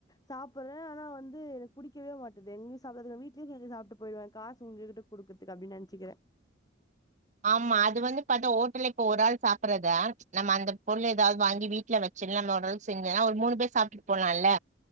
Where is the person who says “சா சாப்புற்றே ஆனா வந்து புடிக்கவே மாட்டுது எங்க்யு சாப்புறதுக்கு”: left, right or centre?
Left